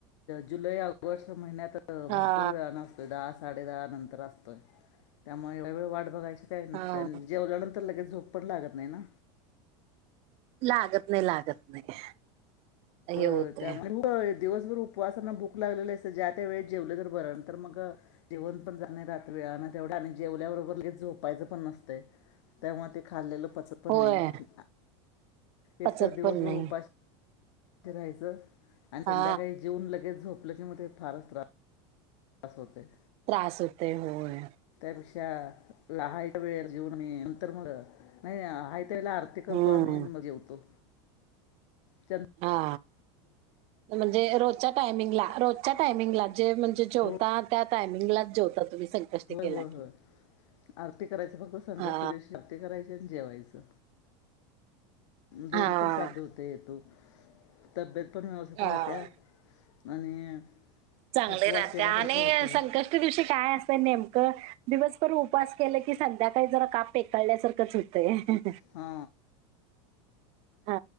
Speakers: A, on the left; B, on the right.
A: जुलै या भरपूर
B: हा
A: वेळा न असतोय दहा साडे दहा नंतर असतोय त्यामुळे वेवेळ वाट बघायची काय नसतं
B: हा
A: आणि जेवल्यानंतर लगेच झोप पण लागत नाही ना
B: लागत नाही लागत नाही
A: हो
B: हे होतय
A: त्या दिवसभर उपवासाना भूक लाग अस ज्या त्या वे जेवलं जर बर तर मग जेवण पण जा ना तेवढा आणि जेवल्याबरोबर झोपायचं पण नसत त्यामुळे ते खाल्लेलं पचत पण
B: होय
A: नाही
B: पचत
A: एकतर
B: पण
A: दिवसभर
B: नाही
A: उपाशी अस राहायचं आणि संध्याकाळी
B: हा
A: जेवून लगेच झोपलं की मग ते फारच त्रास तास होते
B: त्रास होते होय
A: ष लहाय वेळ जीवन म नंतर मग नाही त्याला आरती करतो
B: हम्म
A: आमहीन मग जेवतो चंद
B: हा म्हणजे रोजच्या टायमिंगला रोजच्या टायमिंगला जे म्हणजे जेवता
A: हो
B: त्या टायमिंगला जेवता तुम्ही संक
A: होय
B: केला
A: होय
B: की
A: होय आरती करायच फक्त संकष्ट
B: हा
A: दिवशी आरती करायची आणि जेवायचं दोन्ही
B: हा
A: पण साध्य होते येतो तब्येत पण व्यवस्ित
B: हा
A: राहट्या आणि
B: चांगले
A: उपवास
B: राहते
A: केल्यासारखं
B: आणि
A: होतंय
B: संकष्टी दिवशी काय असतं नेम दिवसभर उपास केलं की संध्याकाळी जरा काप फेकळल्यासारखंच होतंय
A: हा
B: हा